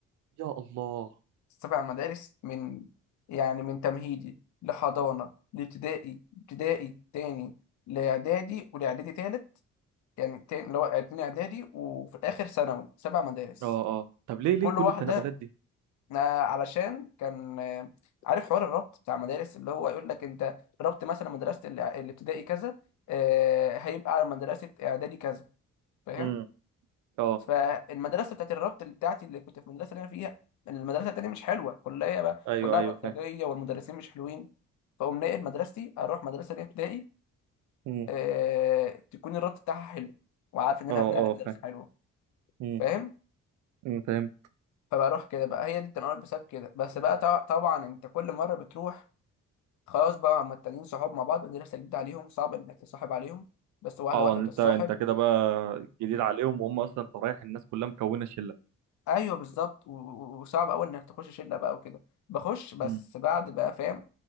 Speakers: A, on the right; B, on the left.
A: يا الله
B: سبع مدارس من يعني من تمهيدي لحضانة لابتدائي ابتدائي تاني لإعدادي ولإعدادي تالت يعني تاني اللي هو اتنين إعدادي وفي الآخر ثانوي سبع مدارس
A: اه اه طب ليه ليه
B: كل
A: كل
B: واحدة
A: التنقلات دي
B: آه، علشان كان آه، عارف حوار الربط بتاع المدارس اللي هو يقول لك أنت ربط مثلا مدرسة الإع- الابتدائي كذا آه، هيبقى على مدرسة إعدادي كذا فاهم
A: امم اه
B: فالمدرسه بتاعت الربط اللي بتاعتي اللي كنت في المدرسه اللي انا فيها المدرسه التانيه مش حلوه كلها بقى
A: ايوه
B: كلها
A: ايوه
B: بلطجيه
A: فاهم
B: والمدرسين مش حلوين فاقوم ناقل مدرستي اروح مدرسه ليا ابتدائي
A: امم
B: آه... تكون الربط بتاعها حلو وعارف ان انا
A: اه
B: هتنقل
A: اه
B: في مدرسه
A: فاهم
B: حلوه
A: امم
B: فاهم
A: أمم، فاهم
B: فبروح كده بقى هي دي التنقل بسبب كده بس بقى طبع- طبعا انت كل مره بتروح خلاص بقى هما التانيين صحاب مع بعض مدرسه جديده عليهم صعب انك تصاحب عليهم بس واحده
A: اه
B: واحده
A: انت
B: بتتصاحب
A: انت كده بقى جديد عليهم وهم اصلا انت رايح الناس كلها مكونه شله
B: ايوه بالظبط و- و- وصعب قوي انك تخش شله بقى وكده بخش بس
A: امم
B: بعد بقى فاهم